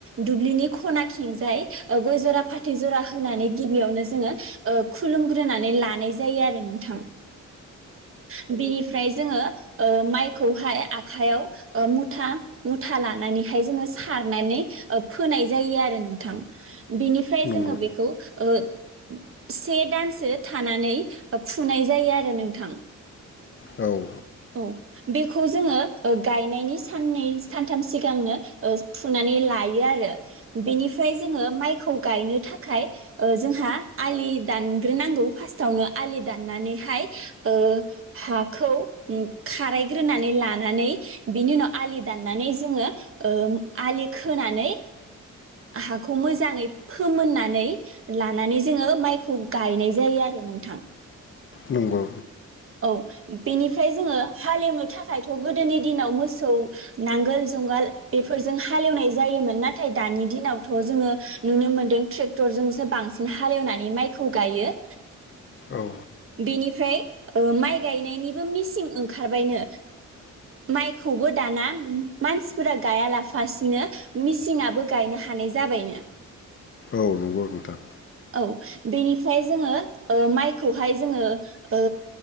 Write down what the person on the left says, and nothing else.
नंगौ
औ।
नंगौ।
औ।
औ नंगौ नोंथां।